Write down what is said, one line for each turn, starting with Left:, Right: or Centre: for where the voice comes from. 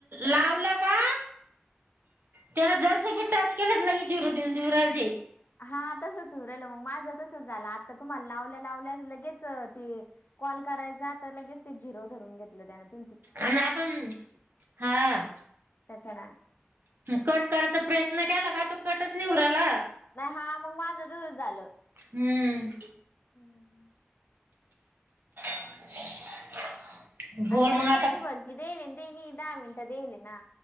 Right: लावलं का? त्याला जर सगी टच केलं, लगी जिरो देऊन राहिलं ते.
Left: हा तसंच होवू राहील मग माझं तसच झालं, आता तुम्हाला लावल्या लावल्या अस लगेच ते कॉल करायचा तर लगेच, तेच झिरो धरून घेतलं त्यान ते
Right: आणि आपण हां.
Left: त्याच्यान
Right: कट करायचा प्रयत्न केला, का तो कटच नाही होवू राहीला.
Left: नाही हा मग माझं तसंच झालं
Right: हम्म.
Left: हम्म.
Right: <unintelligible> <inaudible>
Left: आणि टायमिंग
Right: मग आता
Left: बी बोललती देली, देणी दहा मिनटं देले ना.